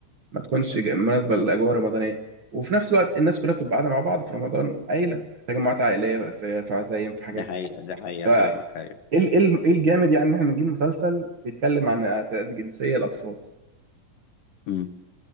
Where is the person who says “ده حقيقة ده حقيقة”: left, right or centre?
Left